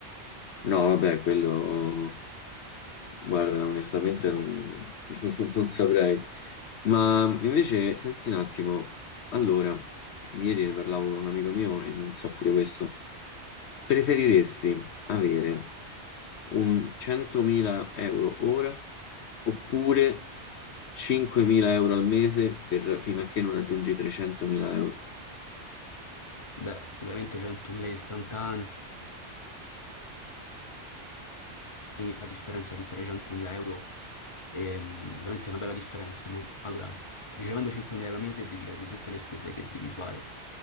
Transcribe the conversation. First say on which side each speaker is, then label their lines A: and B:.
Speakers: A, on the left; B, on the left.
A: No, vabbè, quello... Guarda, onestamente non, <laughs> non saprei. Ma invece, senti un attimo, allora, ieri ne parlavo con un amico mio e non so pure questo. Preferiresti avere un 100.000 euro ora oppure 5.000 euro al mese per, fino a che non raggiungi 300.000 euro?
B: Beh, ovviamente 100.000 istantanee Sì, a differenza di 300.000 euro, ehm, ovviamente è una bella differenza, ma allora, ricevendo 5.000 euro al mese devi capire tutte le spese che devi fare,